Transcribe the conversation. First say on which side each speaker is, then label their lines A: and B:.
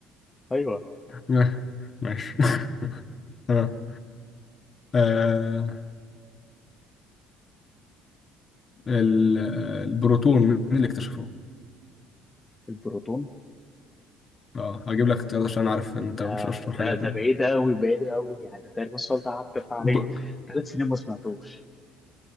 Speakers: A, on the left; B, on the left.
A: ايوه
B: آه، ماشي <laughs> تمام آه ال- البروتون مين اللي اكتشفه؟
A: البروتون
B: اه هجيب لك اختيارات عشان عارف ان
A: ده
B: انت مش اشطر حاجه
A: ده
B: في
A: ده
B: ال-
A: بعيد قوي بعيد قوي يعني تقريبا السؤال ده عدت عليه
B: ب...
A: ثلاث سنين ما سمعتوش